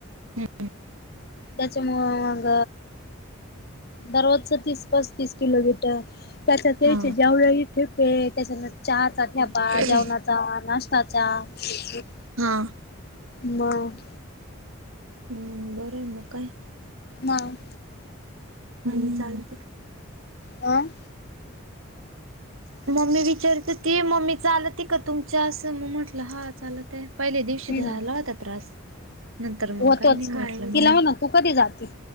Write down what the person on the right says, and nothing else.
हम्म.
हा
हा
हां.
हम्म बरं हाय मग काय?
हम्म चालतंय की.
मम्मी विचारत हुती मम्मी चालती का तुमच्यास? मग म्हटलं, हा चालत आहे. पहिल्या दिवशी
धयाला होता त्रास नंतर
मग काही नाही वाटलं म्हणून.